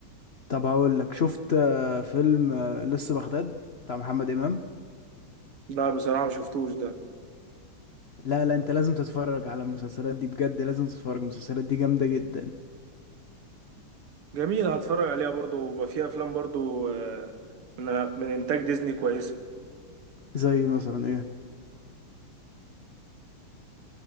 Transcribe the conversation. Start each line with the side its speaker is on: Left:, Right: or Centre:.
Left: طب هقول لك شفت آه فيلم آه لسه بغداد بتاع محمد امام
Right: لا بصراحه ما شفتوش ده
Left: لا لا انت لازم تتفرج على المسلسلات دي بجد لازم تتفرج المسلسلات دي جامدة جدا
Right: جميل هتفرج عليها برضه وبقى فيها افلام برضه آه، من من انتاج ديزني كويسه
Left: زي مثلا ايه